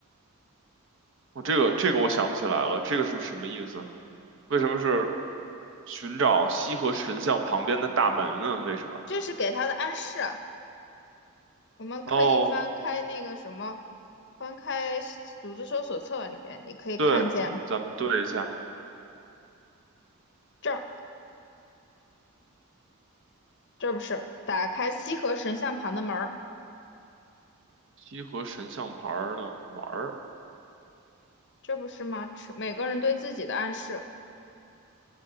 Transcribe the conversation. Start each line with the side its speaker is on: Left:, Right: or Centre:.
Right: 我这个这个我想不起来了，这个是什么意思？为什么是寻找西河神像旁边的大门呢？为什么？
Left: 这是给他的暗示啊我们可以翻开那个什么，
Right: 哦，
Left: 翻开组织搜索册里面，你可以看见
Right: 对，咱们对一下
Left: 这儿，这不是打开西河神像旁的门儿，
Right: 西河神像牌儿的玩儿
Left: 这不是吗？每个人对自己的暗示，